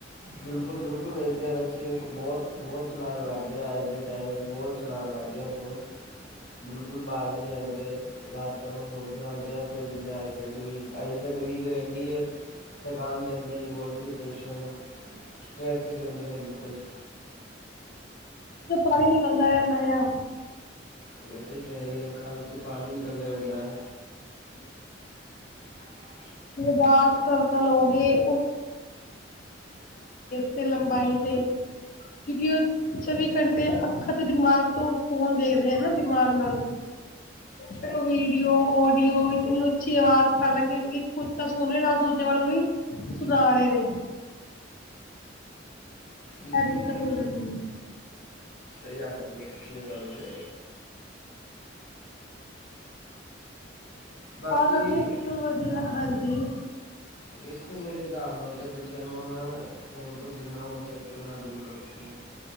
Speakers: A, on the left; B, on the left.
A: ਬਿਲਕੁਲ ਬਿਲਕੁਲ ਵੇਖਦੇ ਆ ਬੱਚੇ ਵੇਖੋ ਬਹੁਤ-ਬਹੁਤ ਚਲਾਉਣ ਲੱਗ ਗੇ ਅੱਜ ਦੇ ਟਾਈਮ ਵਿੱਚ ਬਹੁਤ ਚਲਾਉਣ ਲੱਗ ਗਏ ਫੋਨ ਬਿਲਕੁਲ ਵਾਜ ਨਹੀਂ ਆਦੇ। ਰਾਤ ਨੂੰ ਫੋਨ ਚੜਾਉਦੇ ਆ ਫਿਰ ਦਿਨੇ ਆਈਸਡ ਵੀ, ਆਈਸਡ ਵੀਕ ਰਹਿੰਦੀ ਏ ਥਕਾਨ ਰਹਿੰਦੀ ਏ ਬੋਡੀ ਡਿਪ੍ਰੇਸ਼ਨ ਸਟਰੈਸ ਦਿੰਦੇ ਨੇ ਬਿਲਕੁਲ ਜੀ
B: ਚੋ ਪਾਣੀ ਨਿਕਲਦਾ ਰਹਿੰਦਾ ਆ
A: ਉਹ ਤੇ ਹੈ ਈ ਅੱਖਾਂ ਵਿੱਚ ਪਾਣੀ ਨਿਕਲਦਾ ਰਹਿੰਦਾ ਐ
B: <inaudible>
A: <inaudible>
B: ਜ ਡਾਰਕ ਸਰਕਲ ਹੋ ਗਏ <unintelligible> ਲੰਬਾਈ ਤੇ। ਕਿਉਂਕਿ ਉਹ ਚੌਵੀ ਘੰਟੇ ਅੱਖਾਂ ਤੇ ਦਿਮਾਗ ਤੋਂ ਫੋਨ ਦੇਖਦੇ ਆ ਨਾ ਦਿਮਾਗ ਨਾਲ ਚਲੋ ਵੀਡੀਓ ਉਡੀਓ ਇਤਨੀ ਅੱਛੀ ਆਵਾਜ਼ ਹਾਲਾਂਕਿ ਖੁਦ ਤਾਂ <unintelligible> ਨਾਲ ਦੂਜੇ ਵੱਲ ਵੀ ਸੁਣਾ ਰਹੇ ਨੇ
A: ਬਿਲਕੁਲ
B: ਇਹ ਦਿੱਕਤ
A: ਬਿਲਕੁਲ
B: ਹੋ ਜਾਂਦੀ ਏ
A: ਸਹੀ ਆਖ ਰਹੇ ਹੋ ਤੁਸੀਂ ਇਹ ਗੱਲ ਤੇ ਬਾਕੀ
B: <unintelligible> ਹਾਂਜੀ।
A: ਦੇੇਖੋ ਮੇਰੇ ਹਿਸਾਬ ਨਾਲ ਤਾਂ ਬੱਚਿਆਂ ਨੂੰ ਨਾ ਫ਼ੋਨ ਤੋਂ ਜਿੰਨਾ ਹੋ ਸਕੇ ਉਹਨਾ ਦੂਰ ਰੱਖੋ।